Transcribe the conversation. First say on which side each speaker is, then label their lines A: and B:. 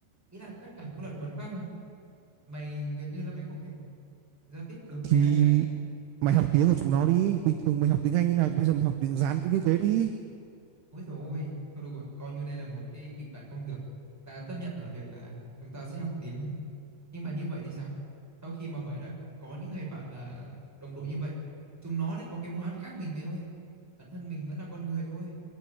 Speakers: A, in the centre; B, on the right.
A: ý là tất cả những loại động vật khác à? Mày gần như là mày không thể giao tiếp được
B: thì
A: với ai cả
B: mày học tiếng của chúng nó đi bình thường mày học tiếng Anh thế nào thì bây giờ mày học tiếng Hán cũng như thế đi
A: Ôi dồi ôi, thôi được rồi, coi như đây là một cái kịch bản không tưởng. Ta chấp nhận ở việc là chúng ta sẽ học tiếng. Nhưng mà như vậy thì sao? Sau khi mà mày đã có những người bạn là đồng đội như vậy, chúng nó lại có cái món ăn khác mình mày ơi. Bản thân mình vẫn là con người thôi.